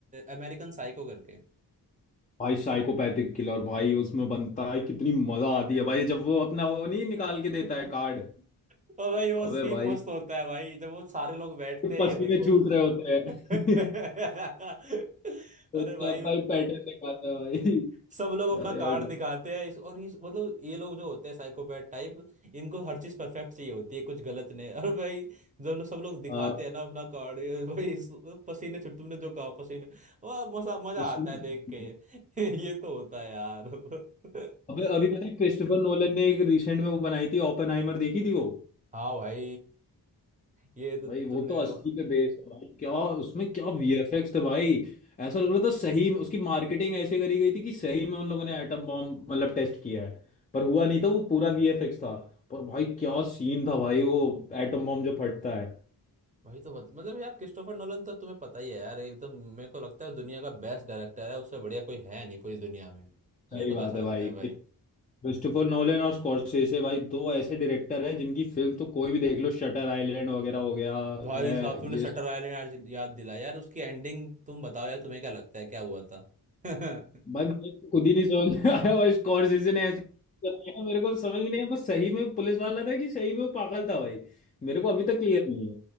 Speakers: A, on the right (about 20°); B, on the left (about 20°).
A: अमेरिकन साइको करके
B: भाई साइकोपैथिक किलर भाई उसमें बनता है कितनी मजा आती है भाई जब वो अपना वो नहीं निकाल
A: <laughs>
B: के देता है कार्ड
A: और भाई वो
B: अबे
A: सीन
B: भाई
A: मस्त होता है भाई जब वो सारे लोग बैठते हैं
B: पसीने
A: ये देखो
B: छूट रहे होते हैं
A: <laughs> अरे
B: <laughs> उसका
A: भाई
B: भाई पैटर्न दिखाता है भाई
A: सब लोग अपना
B: <laughs> अरे
A: कार्ड
B: भाई
A: दिखाते हैं इस और इस मतलब ये लोग जो होते हैं साइकोपैथ टाइप इनको हर चीज परफेक्ट चाहिए होती है कुछ गलत नहीं और भाई जब लोग सब लोग दिखाते
B: आ,
A: हैं ना अपना कार्ड ये भाई इस- पसीने छुट तुमने जो कहा पसीने वाह मजा मजा
B: पसीने
A: आता है
B: छूट
A: देख
B: रहे
A: के
B: हैं।
A: <laughs> ये तो होता है यार <laughs>
B: अबे अभी पता है क्रिस्टोफर नोलन ने एक रिसेंट में वो बनाई थी ओपेनहाइमर देखी थी वो
A: हाँ भाई ये तो
B: भाई वो
A: तुमने
B: तो असली पे बेस्ड है भाई क्या उसमें क्या वीएफएक्स थे भाई ऐसा लग रहा था सही में उसकी मार्केटिंग ऐसे करी गई थी कि सही में उन लोगों ने एटम बॉम्ब मतलब टेस्ट किया है पर हुआ नहीं था वो पूरा वीएफएक्स था पर भाई क्या सीन था भाई वो एटम बॉम्ब जो फटता है
A: वही तो बत, मतलब यार क्रिस्टोफर नोलन तो तुम्हें पता ही है यार एकदम मेरे को लगता है दुनिया का बेस्ट डायरेक्टर है उससे बढ़िया कोई है नहीं पूरी दुनिया में मेरे
B: सही
A: को
B: बात
A: तो ऐसा
B: है
A: लगता
B: भाई
A: है भाई
B: क्रिस्टोफर नोलन और स्कॉर्सेसे भाई दो ऐसे डायरेक्टर हैं जिनकी फिल्म तो कोई भी देख लो शटर आइलैंड वगैरह हो गया
A: भाई
B: है
A: साहब तुमने
B: ये
A: शटर आइलैंड याद याद दिलाया यार उसकी एंडिंग तुम बताओ यार तुम्हें क्या लगता है क्या हुआ था <laughs>
B: भाई मुझे तो खुद ही नहीं समझ में आया भाई स्कॉर्सेसे ने ऐसे चलाया मेरे को समझ भी नहीं आया बस सही में पुलिस वाला था कि सही में वो पागल था भाई मेरे को अभी तक क्लियर नहीं है